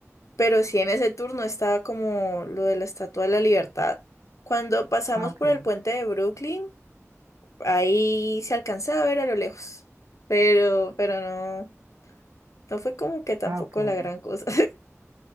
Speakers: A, on the left; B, on the right.
A: Pero sí, en ese turno estaba como lo de la Estatua de la Libertad. Cuando pasamos
B: Ah, ok,
A: por el puente de Brooklyn, ahí se alcanzaba a ver a lo lejos. Pero, pero no, no fue como que tampoco
B: ah, ok.
A: la gran cosa.